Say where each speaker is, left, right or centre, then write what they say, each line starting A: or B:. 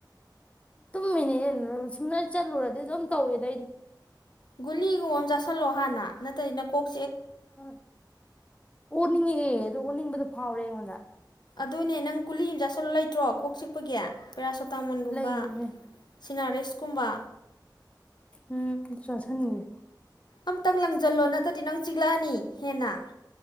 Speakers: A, on the left (about 15°); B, on the left (about 65°).
A: ꯇꯨꯝꯃꯤꯅꯦꯅ ꯁꯨꯝꯅ ꯆꯠꯂꯨꯔꯗꯤ ꯑꯗꯨꯝ ꯇꯧꯋꯦ ꯑꯩꯗꯤ
B: ꯒꯨꯂꯤꯒꯨꯝꯕ ꯑꯃ ꯆꯥꯥꯁꯜꯂꯣ ꯍꯥꯟꯅ ꯅꯠꯇ꯭ꯔꯗꯤ ꯅ ꯀꯣꯛ
A: ꯑ ꯑꯣꯅꯤꯡꯉꯦ ꯑꯗꯨ ꯑꯣꯅꯤꯡꯕꯗꯨ ꯐ ꯐꯥꯎ ꯔꯦ ꯑꯩꯉꯣꯟꯗ
B: ꯑꯗꯨꯅꯦ ꯅꯪ ꯀꯨꯂꯤ ꯑꯃ ꯆꯠꯁꯤꯜꯂ ꯂꯩꯇ꯭ꯔꯣ ꯀꯣꯛ ꯆꯤꯛꯄꯒꯤ ꯄꯦꯔꯥꯁꯣꯇꯥꯃꯣꯟꯒꯨꯝꯕ
A: ꯂꯩꯒꯤꯕꯅꯦ
B: ꯁꯤꯅꯔꯤꯁꯀꯨꯝꯕ
A: ꯎꯝ ꯑꯗꯨꯁꯨ ꯆꯥꯁꯟꯒꯦ
B: ꯑꯝꯇꯪ ꯂꯪꯁꯤꯜꯂꯣ ꯅꯠꯇ꯭ꯔꯗꯤ ꯅꯪ ꯆꯤꯛꯂꯛꯑꯅꯤ ꯍꯦꯟꯅ